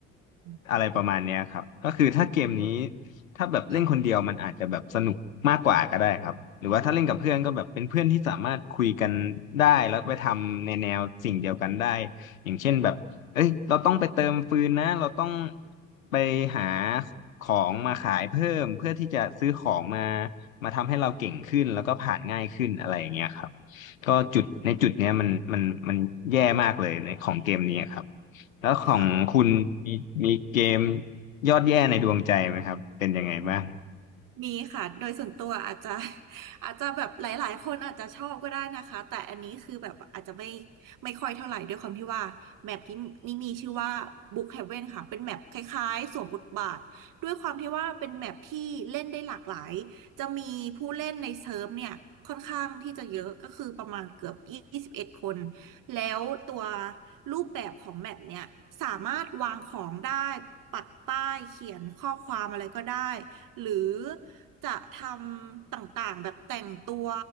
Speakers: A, on the right; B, on the left.
A: อืมอืม
B: อะไรประมาณเนี้ยครับก็คือถ้าเกมนี้ถ้าแบบเล่นคนเดียวมันอาจจะแบบสนุกมากกว่าก็ได้ครับหรือว่าถ้าเล่นกับเพื่อนก็แบบเป็นเพื่อนที่สามารถคุยกันได้แล้วไปทำในแนวสิ่งเดียวกันได้
A: ค่ะอืม
B: อย่างเช่นแบบเอ้ยเราต้องไปเติมฟืนนะเราต้องไปหาของมาขายเพิ่มเพื่อที่จะซื้อของมามาทำให้เราเก่งขึ้นแล้วก็ผ่านง่ายขึ้นอะไรอย่างเงี้ยครับ ก็จุดในจุดเนี้ยมันมันมันแย่มากเลยในของเกมนี้ครับแล้วของคุณมีมีเกม
A: ค่ะ
B: ยอดแย่ในดวงใจไหมครับเป็นยังไงบ้าง
A: มีค่ะ โดยส่วนตัวอาจจะ <laughs> อาจจะแบบหลายๆคนอาจจะชอบก็ได้นะคะ แต่อันนี้คือแบบอาจจะไม่ไม่ค่อยเท่าไหร่ด้วยความที่ว่าแมปที่นี่มีชื่อว่า Book Heaven ค่ะ เป็นแมปคล้ายๆสวมบทบาทด้วยความที่ว่าเป็นแมปที่เล่นได้หลากหลาย จะมีผู้เล่นในเซิร์ฟเนี่ยค่อนข้างที่จะเยอะก็คือประมาณเกือบ21คน แล้วตัวรูปแบบของแมปเนี่ยสามารถวางของได้ปักป้ายเขียนข้อความอะไรก็ได้หรือ จะทำต่างๆแบบแต่งตัว